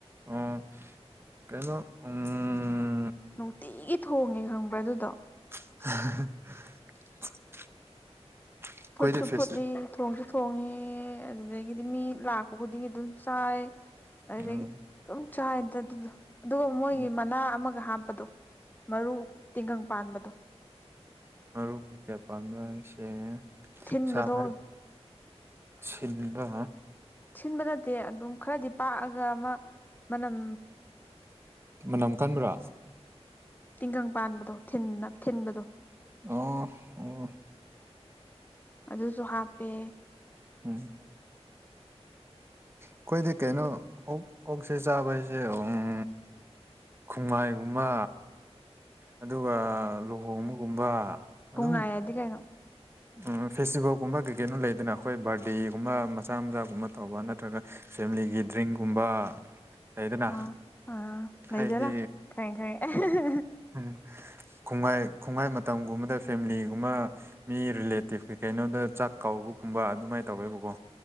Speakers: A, on the right; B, on the left.
A: ꯎꯝ ꯀꯩꯅꯣ ꯎꯝ
B: ꯅꯨꯡꯇꯤꯒꯤ ꯊꯣꯡꯉꯦ ꯈꯪꯕ꯭ꯔꯥ ꯑꯗꯨꯗꯣ
A: <unintelligible> ꯑꯩꯈꯣꯏꯗꯤ
B: ꯐꯨꯠꯁꯨ
A: ꯐꯦꯁ
B: ꯐꯨꯠꯂꯤ ꯊꯣꯡꯁꯨ ꯊꯣꯡꯉꯤ ꯉꯤ ꯑꯗꯨꯗꯒꯤꯗꯤ ꯃꯤ ꯂꯥꯛꯄ ꯈꯨꯗꯤꯡꯒꯤ ꯑꯗꯨꯝ ꯆꯥꯏ ꯑꯗꯒꯤ
A: ꯎꯝ
B: ꯑꯗꯨꯝ ꯆꯥꯏꯗ ꯑꯗꯨꯗꯣ ꯑꯗꯨꯒ ꯃꯣꯏꯒꯤ
A: ꯎꯝ
B: ꯃꯅꯥ ꯑꯃ ꯍꯥꯞꯄꯗꯣ ꯃꯔꯨ ꯇꯤꯡꯒꯪ ꯄꯥꯟꯕꯗꯣ
A: ꯃꯔꯨ ꯀꯩꯀꯩ ꯄꯥꯟꯕꯥ ꯍꯥꯏꯁꯦ
B: ꯊꯤꯟꯕꯗꯣ
A: ꯁꯥ ꯃꯔꯨꯝ ꯁꯤꯟꯕ
B: ꯁꯤꯟꯕ ꯅꯠꯇꯦ ꯑꯗꯨꯝ ꯈꯔꯗꯤ ꯄꯥꯛꯑꯒ ꯑꯃ ꯃꯅꯝ
A: ꯃꯅꯝ ꯀꯟꯕ꯭ꯔꯥ
B: ꯇꯤꯟꯒꯪ ꯄꯥꯟꯕꯗꯣ ꯊꯤꯟꯅ ꯊꯤꯟꯕꯗꯣ
A: ꯑꯣ ꯑꯣ
B: ꯑꯗꯨꯁꯨ ꯍꯥꯞꯄꯦ
A: ꯎꯝ
B: <inaudible>
A: ꯑꯈꯣꯏꯗꯤ ꯀꯩꯅꯣ ꯑꯣꯛ ꯑꯣꯛꯁꯦ ꯆꯥꯕ ꯍꯥꯏꯖꯦ ꯎꯝ ꯈꯨꯡꯃꯥꯏꯒꯨꯝꯕ ꯑꯗꯨꯒ ꯂꯨꯍꯣꯡꯕꯒꯨꯝꯕ
B: ꯈꯨꯡꯉꯥꯏ
A: ꯑꯗꯨꯝ
B: ꯑꯗꯤ ꯀꯩꯅꯣ
A: ꯎꯝ ꯐꯦꯁꯇꯤꯚꯦꯜꯒꯨꯝꯕ ꯀꯩ ꯀꯩꯅꯣ ꯂꯩꯗꯅ ꯑꯈꯣꯏ ꯕꯥꯔꯗꯦꯒꯨꯝꯕ ꯃꯆꯥ ꯃꯆꯥꯒꯨꯝꯕ ꯇꯧꯕ ꯅꯠꯇ꯭ꯔꯒ ꯐꯦꯃꯤꯂꯤꯒꯤ ꯗ꯭ꯔꯤꯡꯒꯨꯝꯕ ꯂꯩꯗꯅ
B: ꯑꯥ ꯑꯥ ꯂꯩꯗꯅꯥ
A: ꯍꯥꯏꯗꯤ
B: ꯈꯪꯉꯦ ꯈꯪꯉꯦ <unintelligible>
A: ꯎꯝ ꯈꯨꯡꯉꯥꯏ ꯈꯨꯡꯉꯥꯏ ꯃꯇꯝꯒꯨꯝꯕꯗ ꯐꯦꯃꯤꯂꯤꯒꯨꯝꯕ ꯃꯤ ꯔꯤꯂꯦꯇꯤꯞ ꯀꯩꯀꯩ ꯀꯩꯅꯣꯗ ꯆꯥꯛ ꯀꯧꯕꯒꯨꯝꯕ ꯑꯗꯨꯃꯥꯏ ꯇꯧꯋꯦꯕꯀꯣ